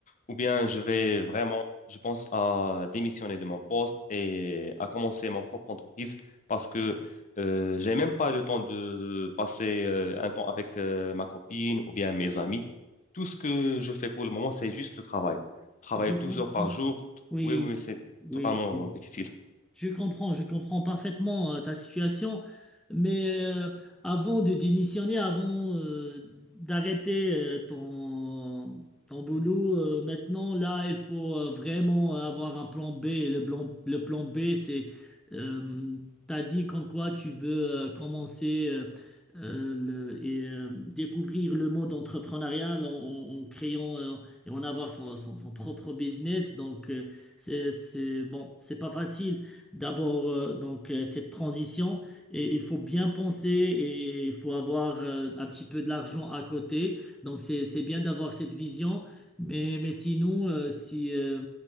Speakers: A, on the left (about 35°); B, in the centre.
A: ou bien je vais vraiment, je pense à démissionner de mon poste et à commencer mon propre entreprise parce que euh, j'ai même pas le temps de passer euh, un temps avec euh, ma copine ou bien mes amis. Tout ce que je fais pour le moment, c'est juste le travail. Travailler
B: Je
A: 12
B: comprends.
A: heures par jour, t-
B: Oui,
A: oui, oui, oui, c'est
B: oui.
A: totalement
B: oui.
A: difficile.
B: Je comprends, je comprends parfaitement euh, ta situation, mais euh, avant de démissionner, avant euh, d'arrêter euh, ton, ton boulot, euh, maintenant, là, il faut euh, vraiment avoir un plan B. Et Le plan, le plan B, c'est, euh, t'as dit comme quoi tu veux euh, commencer euh, euh, le- et euh, découvrir le monde entrepreneurial en, en- en créant euh, et en avoir son, son- son propre business. Donc, euh, c'est, c'est, bon, c'est pas facile d'abord euh, donc euh, cette transition et il faut bien penser et il faut avoir euh, un petit peu de l'argent à côté. Donc c'est c'est bien d'avoir cette vision. Mais, mais sinon, euh, si, euh,